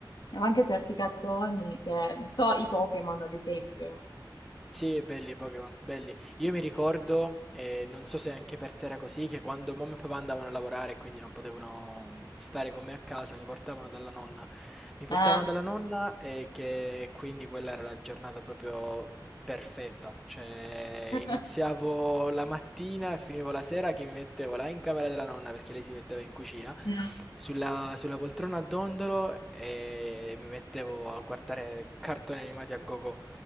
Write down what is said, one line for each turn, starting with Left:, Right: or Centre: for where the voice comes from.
Left: anche certi cartoni che, non so, i Pokémon ad esempio.
Centre: Sì, belli i Pokémon, belli. Io mi ricordo, eh, non so se anche per te era così, che quando mamma e papà andavano a lavorare e quindi non potevano mm, stare con me a casa, mi portavano dalla nonna. Mi portavano
Left: Ah.
Centre: dalla nonna e che quindi quella era la giornata proprio perfetta. Cioè,
Left: <laughs>
Centre: iniziavo la mattina e finivo la sera che mi mettevo là in camera della nonna perché lei si metteva in cucina,
Left: Mm.
Centre: sulla, sulla poltrona a dondolo e mi mettevo a guardare cartoni animati a gogo.